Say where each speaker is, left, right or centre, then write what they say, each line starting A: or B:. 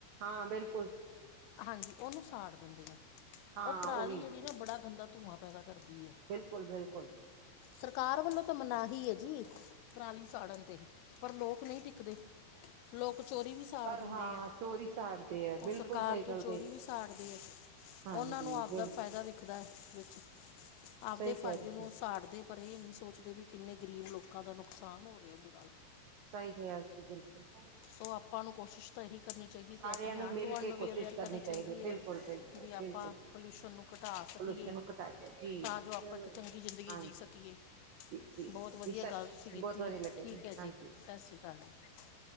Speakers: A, on the right; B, on the left.
A: ਹਾਂ ਬਿਲਕੁਲ।
B: ਹਾਂਜੀ, ਓਨੂੰ ਸਾੜ ਦਿੰਦੇ ਆ
A: ਹਾਂ
B: ਉਹ ਪਰਾਲੀ
A: ਉਹੀ
B: ਜਿਹੜੀ ਨਾ ਬੜਾ ਗੰਦਾ ਧੂੰਆਂ ਪੈਦਾ ਕਰਦੀ ਐ।
A: ਬਿਲਕੁਲ -ਬਿਲਕੁਲ।
B: ਸਰਕਾਰ ਵੱਲੋਂ ਤਾਂ ਮਨਾਹੀ ਐ ਜੀ ਪਰਾਲੀ ਸਾੜਨ ਤੇ, ਪਰ ਲੋਕ ਨਹੀਂ ਟਿਕਦੇ। ਲੋਕ ਚੋਰੀ ਵੀ ਸਾੜ
A: ਪਰ
B: ਦਿੰਦੇ
A: ਹਾਂ
B: ਐ,
A: ਚੋਰੀ ਸਾੜਦੇ ਹੈ
B: ਓਹ
A: ਬਿਲਕੁਲ
B: ਸਰਕਾਰ
A: ਸਹੀ
B: ਤੋਂ
A: ਗੱਲ
B: ਚੋਰੀ
A: ਕਹੀ
B: ਵੀ ਸਾੜਦੇ ਐ।
A: ਹਾਂਜੀ
B: ਉਹਨਾਂ ਨੂੰ ਆਪਦਾ
A: ਬਿਲਕੁਲ
B: ਫਾਇਦਾ ਦਿਖਦਾ ਐ ਵਿੱਚ, ਆਪਦੇ
A: ਸਹੀ
B: ਫ਼ਾਇਦੇ
A: ਕਿਹਾ ਤੁਸੀਂ
B: ਨੂੰ ਸਾੜਦੇ ਪਰ ਐ ਨਹੀਂ ਸੋਚਦੇ ਵੀ ਕਿੰਨੇ ਗਰੀਬ ਲੋਕਾਂ ਦਾ ਨੁਕਸਾਨ ਹੋ ਰਿਹਾ ਉਹਦੇ ਨਾਲ।
A: ਸਹੀ ਕਿਹਾ ਜੀ ਬਿਲਕੁਲ।
B: ਸੋ ਆਪਾਂ ਨੂੰ ਕੋਸ਼ਿਸ਼ ਤਾਂ ਇਹੀ ਕਰਨੀ ਚਾਹੀਦੀ
A: ਸਾਰਿਆਂ
B: ਐ ਆਪਣੇ ਆਂਢ
A: ਮਿਲ
B: ਗੁਆਂਢ
A: ਕੇ
B: ਨੂੰ ਵੀ
A: ਕੋਸ਼ਿਸ਼
B: ਅਵੇਅਰ ਕਰਨੀ ਚਾਹੀਦੀ
A: ਹੈ ਬਿਲਕੁਲ
B: ਐ
A: ਬਿਲਕੁਲ
B: ਵੀ
A: ਬਿਲਕੁਲ
B: ਆਪਾਂ ਪੋਲਿਊਸ਼ਨ ਨੂੰ ਘਟਾ ਸਕੀਏ
A: ਪੋਲਿਊਸ਼ਨ ਨੂੰ ਘਟਾਈਏ ਜੀ
B: ਤਾਂ ਜੋ ਆਪਾਂ
A: ਚਲੋ
B: ਇੱਕ ਚੰਗੀ ਜ਼ਿੰਦਗੀ
A: ਹਾਂਜੀ
B: ਜੀ ਸਕੀਏ।
A: ਜੀ ਜੀ
B: ਬਹੁਤ ਵਧੀਆ
A: ਜੀ ਸਤਿ
B: ਗੱਲ ਤੁਸੀਂ ਕੀਤੀ
A: ਬਹੁਤ ਵਧੀਆ ਲੱਗਿਆ
B: ਠੀਕ ਐ
A: ਹਾਂਜੀ
B: ਜੀ ਸਤਿ ਸ਼੍ਰੀ ਅਕਾਲ ਜੀ।